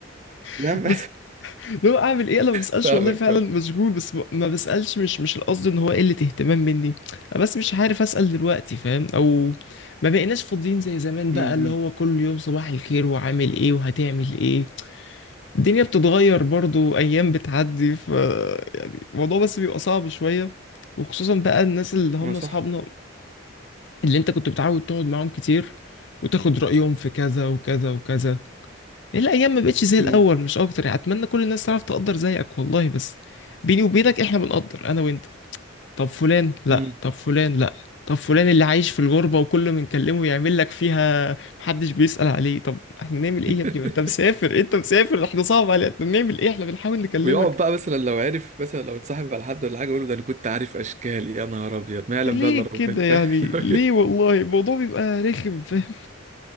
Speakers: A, on the left; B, on the right.
A: <laughs>
B: يا عم
A: بس لو اعمل ايه انا ما بسالش
B: <laughs> فاهمك
A: والله فعلا
B: فاهم
A: مشغول بس ما ما بسالش مش مش القصد ان هو قله اهتمام مني انا بس مش عارف اسال دلوقتي فاهم او ما بقيناش فاضيين زي زمان
B: مم.
A: بقى اللي
B: مم.
A: هو كل يوم صباح الخير وعامل ايه وهتعمل ايه الدنيا بتتغير برضو ايام بتعدي ف يعني الموضوع بس بيبقى صعب شوية وخصوصا بقى الناس اللي هم
B: هو صح
A: اصحابنا اللي انت كنت بتعود تقعد معاهم كتير وتاخد رأيهم في كذا وكذا وكذا هي الايام ما بقتش زي الاول
B: مم.
A: مش اكتر يعني اتمنى كل الناس تعرف تقدر زيك والله بس بيني وبينك احنا بنقدر انا وانت طب فلان لا
B: مم.
A: طب فلان لا طب فلان اللي عايش في الغربة وكل ما نكلمه يعمل لك فيها محدش بيسأل عليه طب احنا نعمل ايه
B: <laughs>
A: يا ابني ما انت مسافر انت مسافر احنا صعب علينا احنا بنعمل ايه احنا بنحاول نكلمك
B: ويقعد بقى مثلا لو عرف مثلا لو اتصاحب على حد ولا حاجه يقول له ده انا كنت عارف اشكال يا نهار ابيض ما يعلم
A: ليه
B: بقى الا
A: كده
B: ربنا
A: يعني
B: فاهم <laughs> اللي هو
A: ليه
B: كده؟
A: والله الموضوع بيبقى رخم فاهم